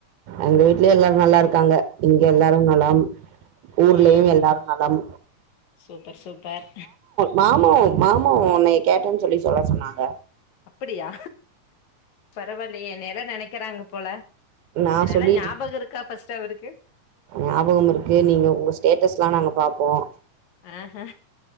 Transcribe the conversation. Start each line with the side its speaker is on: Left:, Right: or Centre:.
Right: எங்க வீட்லயே எல்லாரு நல்லா இருக்காங்க இங்க எல்லாரும் நலம் ஊர்லயு
Left: ம்
Right: எல்லாரும் நலம்
Left: சூப்பர் சூப்பர்
Right: மாமு மாமு உன்னைய கேட்டேன்னு சொல்லி சொல்ல சொன்னாங்க
Left: அப்டியா பரவாயில்லையே என்னைய எல்லா நெனைக்கிறாங்க போல
Right: நா
Left: என்னைய
Right: சொல்லிட்டு
Left: எல்லா ஞாபகம் இருக்கா ஃபர்ஸ்ட் அவருக்கு
Right: ஞாபகம் இருக்கு நீங்க உங்க ஸ்டேட்டஸ் எல்லா நாங்க பாப்போம்
Left: ஆ ஆ